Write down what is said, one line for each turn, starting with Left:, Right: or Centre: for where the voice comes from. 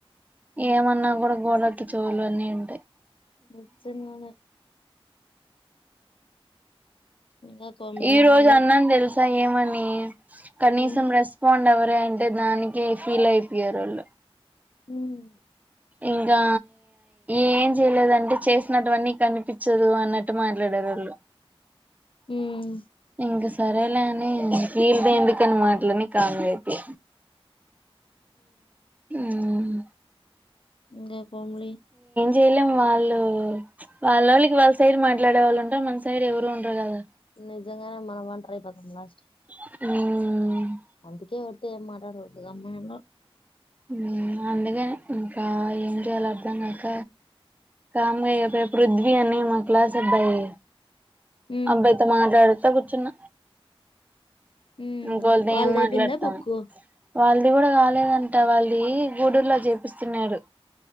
Right: ఏ ఏమన్నా కూడా గోడలకి చెవులు అన్నీ ఉంటాయి
Left: నిజంగానే ఇంగా కోమలి
Right: ఈ రోజు
Left: ఎన్
Right: అన్నాను తెలుసా ఏమని కనీసం
Left: ఉమ్
Right: రెస్పాండ్ అవ్వ అంటే దానికి ఫీల్ అయిపోయారు వాళ్ళు
Left: ఉమ్
Right: ఇంకా ఏం చేయలేదంటే చేసినటువన్నీ కనిపించదు అన్నట్టు మాట్లాడారు <inaudible>
Left: ఉమ్
Right: ఇంక సరేలే అని వీలతో ఎందుకని మాటలని కామ్ గా అయితి ఉమ్
Left: <unintelligible>
Right: చేయలేం వాళ్ళు వాళ్ళొళ్ళకి వాళ్ళ సైడ్ మాట్లాడే వాళ్ళు ఉంటారు మన సైడ్ ఎవరు ఉండరు కదా
Left: నిజంగానే మనం ఒంటరి అయిపోతమ్ లాస్ట్ కీ
Right: ఉమ్
Left: అందుకే ఎవరితో ఏం మాట్లాడరు గమ్మునుంటా
Right: ఉమ్ అందుకని ఇంకా ఏం చేయాల అర్ధం కాక కామ్ గా అయిపోయి పృథ్వీ అని మా క్లాస్ అబ్బాయి
Left: ఉమ్
Right: అబ్బాయితో మాట్లాడుత ఉత్త కూర్చున్న
Left: ఉమ్
Right: ఇంకోళతే
Left: వాళ్ళది
Right: ఏం మాట్లాడతాం
Left: అయిపోయిందా బుక్కు
Right: వాళ్ళది కూడా కాలేదంట వాళ్ళది గూడూరు లో చేపిస్తున్నాడు